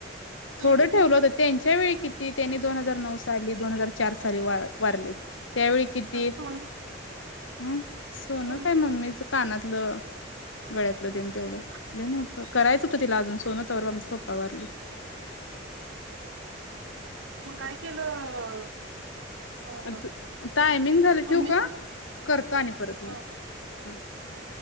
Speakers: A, on the right; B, on the left.
A: तेवढंच
B: थोडं
A: नाही.
B: ठेवलं होत, त्यांच्या वेळी किती, त्यांनी दोन हजार नऊ साली, दोन हजार चार साली वा वारले त्यावेळी किती
A: आणि सोनं
B: ह सोन
A: सोनं
B: काय
A: किती
B: मम्मीच
A: होतं?
B: कानातलं, गळ्यातलं
A: हम्म.
B: तेन तेवढं, लय नव्हतं करायच होतं. लाजून <unintelligible> परवा आमच पप्पा वारल.
A: म काय केलं अ
B: अज टायमिंग झालं
A: मम्मीच
B: ठेवू का करतो आणि परत मग
A: ह
B: हूं
A: ह